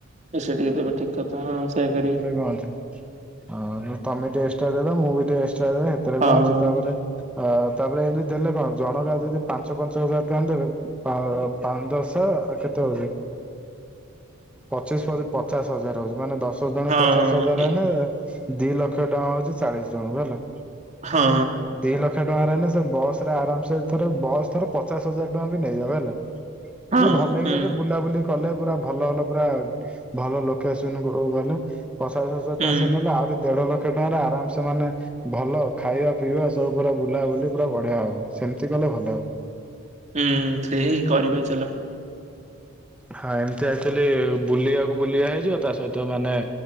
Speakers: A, on the right (about 35°); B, in the centre.
A: ଏ ସେତିକି ଦେବେ ଠିକ୍। <unintelligible> ହଁ ସେ <unintelligible>
B: ସେଥିରେ କଣ ଅଛି, ନହେଲେ ତମେ ଟିକେ ଏକ୍ସଟ୍ରା ଦେଇଦବ ମୁଁ ବି ଟିକେ ଏକ୍ସଟ୍ରା ଦେଇଦେବି। ସିତେରେ
A: ହଁ
B: କଣ ଅଛି, ତାପରେ ଅ ତାପରେ ଏମିତି ଦେଲେ କଣ ଜଣଗା ଯଦି ପାଞ୍ଚ ପାଞ୍ଚ ହଜାର ଟଙ୍କା ଦେବେ ପା ପାଞ୍ଚ ଦଶ କେତେ ହଉଛି, ପଚିଶ ପଚିଶ ପଚାଶ ହଜାର ହଉଛି ମାନେ ଦଶ ଜଣଙ୍କୁ
A: ହଁ
B: ପଚାଶ ହଜାର
A: ଏ
B: ହେଲେ, ଦି ଲକ୍ଷ ଟଙ୍କା ହଉଛି ଚାଳିଶ ଜଣଙ୍କୁ ହେଲା।
A: ହଁ।
B: ଦି ଲକ୍ଷ ଟଙ୍କାରେ ହେଲେ ସେ ବସ୍ ରେ ଆରାମ ସେ, ଧର ବସ୍ ଧର ପଚାଶ ହଜାର ଟଙ୍କା ବି ନେଇଯାଉ ହେଲା।
A: ହଁ
B: ସେ ଭଲକି
A: ହୁଁ
B: ଯଦି ବୁଲାବୁଲି କଲେ ପୁରା ଭଲ ଭଲ ପୁରା ଭଲ ଲୋ କେସନ୍ କୁ ଗଲ, ପଚାଶ ହଜାର
A: ହୁଁ
B: ଟଙ୍କା ସେ ନେଲେ। ଆହୁରି ଦେଢ ଲକ୍ଷ ଟଙ୍କାରେ ଆରାମସେ ମାନେ ଭଲ ଖାଇବା ପିଇବା ସବୁ ପୁରା ବୁଲାବୁଲି ପୁରା ବଢିଆ ହବ, ସେମିତି କଲେ ଭଲ ହବ।
A: ହୁଁ ସେୟା ହିଁ କରିବା ଚାଲ।
B: ହଁ ଏମିତି ଆକ୍ଚୁଲି ବୁଲିବାକୁ ବୁଲିବା ହେଇଯିବ, ତା ସହିତ ମାନେ